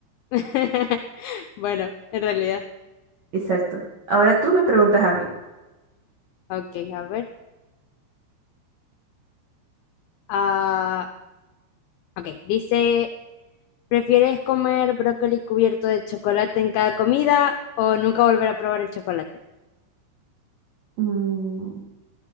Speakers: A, on the left (about 85°); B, on the right (about 60°).
A: <laughs> Bueno, en realidad.
B: Exacto. Ahora tú me preguntas a mí.
A: Ok, a ver. Ah, ok, dice ¿Prefieres comer brócoli cubierto de chocolate en cada comida o nunca volver a probar el chocolate?
B: Mm,